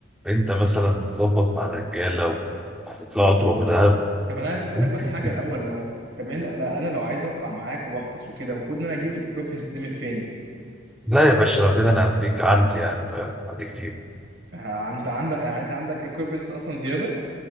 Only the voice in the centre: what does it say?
انت مثلا تظبط مع الرجاله وهتطلعوا تروحوا دهب
ممكن.
لا يا باشا لو كده انا هديك عندي يعني فاهم عندي كتير